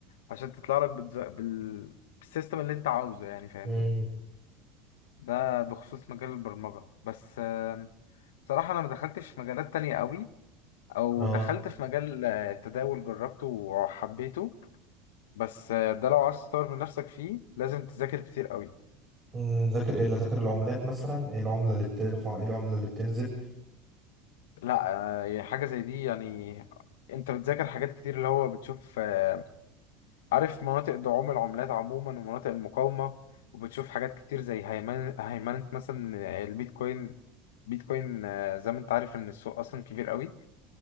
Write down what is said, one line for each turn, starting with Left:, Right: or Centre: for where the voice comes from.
Left: عشان تطلع لك بالز- بال... بالسيستم اللي انت عاوزه يعني فاهمني
Right: مم.
Left: ده بخصوص مجال البرمجة بس صراحة أنا ما دخلتش في مجالات تانية قوي أو
Right: اه
Left: دخلت في مجال آه، التداول جربته وحبيته بس آه، ده لو عايز تطور من نفسك فيه لازم تذاكر كتير قوي
Right: مم. ذاكر ايه اللي ذاكر العملات مثلا ايه العمله اللي بترفع ايه العمله اللي بتنزل
Left: لا آه، حاجة زي دي يعني أنت بتذاكر حاجات كتير اللي هو بتشوف آه، عارف مناطق دعوم العملات عموما ومناطق المقاومة وبتشوف حاجات كتير زي هيمنة هيمنة مثلا آه، البيتكوين بيتكوين آه، زي ما أنت عارف إن السوق أصلا كبير قوي